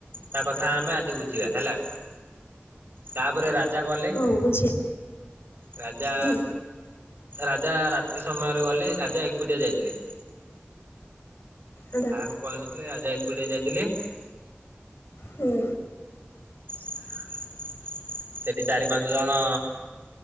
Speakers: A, on the right; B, on the left.
A: ତା କଥା ଆମେ ଆଜି ବୁଝିବା ହେଲା ତାପରେ ରା ରାଜା ଗଲେ
B: ହଉ ବୁଝି
A: ରାଜା
B: ହୁଁ
A: ରାଜା ରାତି ସମୟରେ ଗଲେ ରାଜା ଏକୁଟିଆ ଯାଇଥିଲେ।
B: ଆଚ୍ଛା
A: କାହାକୁ କହିନଥିଲେ ରାଜା ଏକୁଟିଆ ଯାଇଥିଲେ।
B: ହୁଁ।
A: <inaudible> ସେଠି ଚାରି ପାଞ୍ଚ ଜଣ